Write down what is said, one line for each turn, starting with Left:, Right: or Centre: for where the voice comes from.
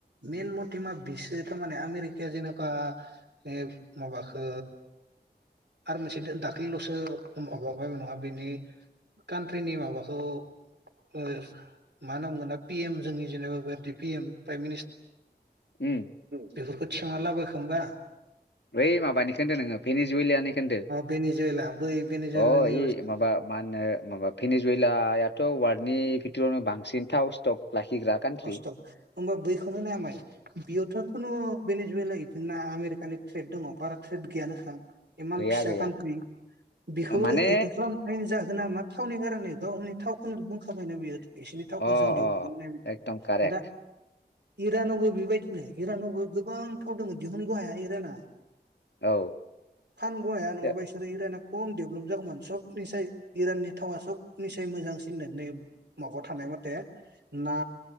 Right: मेन मतेभा बिसो थारमाने आमेरिकाया जेनेखवा ओ माबाखौ आरो मोनसे दाख्लैल'सो माबाबाय नङा बिनि कान्ट्रिनि माबाखौ ओ मा होनना बुंगोन दा पि एम जोंनि जेनेबा बेबादि पि एम <unintelligible>
Left: उम
Right: थिंखांना लाबोआखैओमबा
Left: बै माबानिखो होनदों नोङो भेनि <unintelligible> खो होनदो
Right: बेनिजुवेला बै बेनिजुवेलानि
Left: अ ए माबा मा होनो माबा फिनि जुवेलथ' वारडनि बिथोरावनो बांसिन थाव स्टक लाखिग्रा कान्ट्रि
Right: ट होमबा बैखौनो नाय माय बेयोथ' खुनु बेनिजुवेला बिदिना आमेरिकानि ट्रेद दङ बारा ट्रेद गैयानोखा इमान
Left: गैया
Right: फिसा
Left: गैया
Right: कान्ट्रि बेखौबो
Left: माने
Right: एटेक खालामनानै जाहोना मा थावनि कारनि गावनि थावखौनो बुंखाबायना बियो एसिनि थावखौ
Left: अ
Right: जों दिउ
Left: अ
Right: <unintelligible>
Left: एकदम कारेक्ट
Right: दा इरानावबो बेबायदिनो इरानावबो गोबांथाव दङ दिहुनग'हाया इराना
Left: औ
Right: फानग' हाया नङाबा
Left: दो-
Right: इसोरो इराना खम डेभलप जागौमोन सब निसाय इराननि थावा सब निसाय मोजांसिन होन नै माबायाव थानाय माथे ना